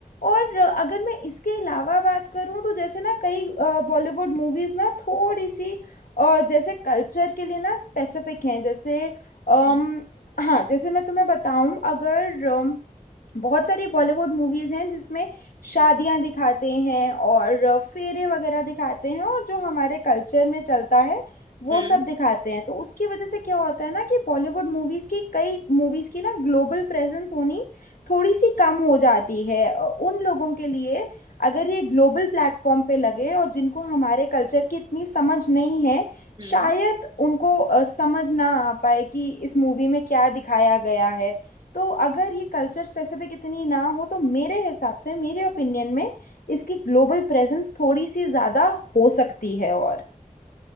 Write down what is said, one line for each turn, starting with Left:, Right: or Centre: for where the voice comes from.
Left: और अ, अगर मैं इसके अलावा बात करूं तो जैसे ना कई बॉलीवुड मूवीज ना थोड़ी सी अ, जैसे कल्चर के लिए ना स्पेसिफिक हैं जैसे अम,
Right: हम्म
Left: हाँ जैसे मैं तुम्हें बताऊं अगर अम, बहुत सारी बॉलीवुड मूवीज हैं जिसमें शादियां दिखाते हैं और फेरे वगैरह दिखाते हैं और जो हमारे कल्चर में चलता है वो
Right: हम्म
Left: सब दिखाते हैं तो उसकी वजह से क्या होता है ना कि बॉलीवुड मूवीज की कई मूवीज की ना ग्लोबल प्रेजेंस होनी थोड़ी सी कम हो जाती है अ, उन लोगों के लिए अगर ये ग्लोबल प्लेटफॉर्म पे लगे और जिनको हमारे कल्चर की इतनी समझ नहीं है
Right: हम्म।
Left: शायद उनको अ, समझ ना आ पाए कि इस मूवी में क्या दिखाया गया है तो अगर ये कल्चर स्पेसिफिक इतनी ना हो तो मेरे हिसाब से मेरे ओपिनियन में इसकी ग्लोबल प्रेजेंस थोड़ी सी ज़्यादा हो सकती है और